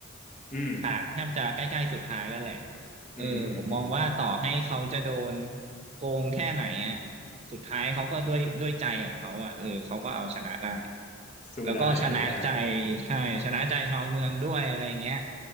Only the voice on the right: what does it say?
ฉากแทบจะใกล้ๆสุดท้ายแล้วแหละเออผมมองว่าต่อให้เขาจะโดน
โกงแค่ไหนอ่ะสุดท้ายเขาก็ด้วยด้วยใจของเขาอ่ะเออเขาก็เอาชนะได้
แล้วก็ชนะใจ
ใช่ชนะใจชาวเมืองด้วยอะไรอย่างเงี้ย